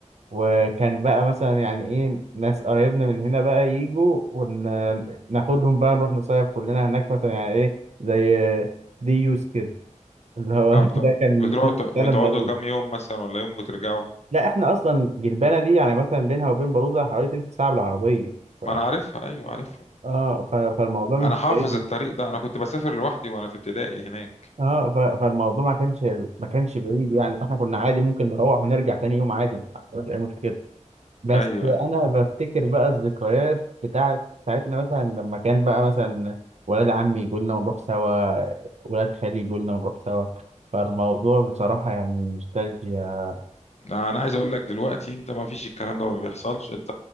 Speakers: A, on the right; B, on the left.
A: وكان بقى مثلا يعني ايه ناس قرايبنا من هنا بقى يجوا وناخدهم بقى نروح نصيف كلنا هناك مثلا يعني ايه زي دي يوز كده اللي هو
B: اه
A: <laughs>
B: بتوع
A: ده كان
B: بتروحوا
A: دي كان
B: بتقعدوا
A: بلوزة
B: كام يوم مثلا ولا يوم بترجعوا
A: لا احنا اصلا جلبانة دي يعني مثلا بينها وبين بلوزة حوالي تلت ساعة بالعربية ف...
B: ما انا عارفها ايوه عارفهم
A: اه ف... فالموضوع مش
B: انا حافظ
A: بعيد
B: الطريق ده انا كنت بسافر لوحدي وانا في ابتدائي هناك
A: اه ف- فالموضوع ما كانش ما كانش بعيد يعني فاحنا كنا عادي ممكن نروح ونرجع تاني يوم عادي ما فيش اي مشكله بس
B: ايوه ايوه
A: انا بفتكر بقى الذكريات بتاعت بتاعتنا مثلا لما كان بقى مثلا ولاد عمي يجوا لنا ونروح سوا ولاد خالي يجوا لنا ونروح سوا فالموضوع بصراحه يعني نوستالجيا
B: انا عايز اقول لك دلوقتي انت ما فيش الكلام ده ما بيحصلش انت